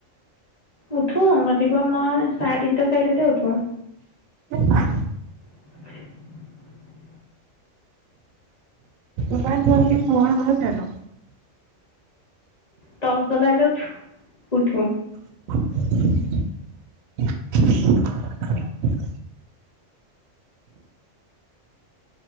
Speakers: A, on the left; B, on the right.
A: উঠো ৰাতিপুৱা মই চাৰে তিনটা চাৰিটাতে উঠো।
B: <unintelligible>
A: <unintelligible>
B: ইমান জ্বলদি পোহৰ হয় জানো।
A: টচ জ্বলাই লৈ উঠো উঠো।
B: <unintelligible>